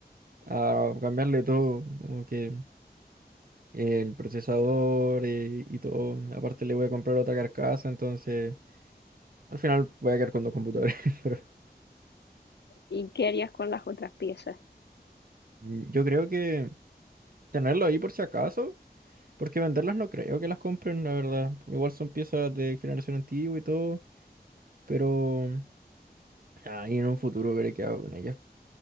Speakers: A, on the right; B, on the left.
A: a cambiarle todo, como que el procesador eh, y, todo. Aparte le voy a comprar otra carcasa, entonces al final voy a quedar con dos computadores. <laughs> Pero
B: ¿Y qué harías con las otras piezas?
A: mm, yo creo que tenerlo ahí por si acaso, porque venderlas no creo que las compren, la verdad. Igual son piezas de generación antigua y todo, pero ahí en un futuro veré qué hago con ellas.